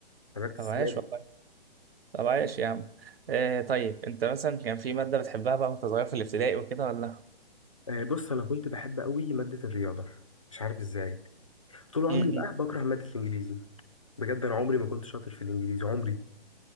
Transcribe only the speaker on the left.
اتخرجت
السنه
دي
آه، بص انا كنت بحب قوي ماده الرياضه مش عارف ازاي طول عمري
بقى بكره ماده الانجليزي بجد انا عمري ما كنت شاطر في الانجليزي عمري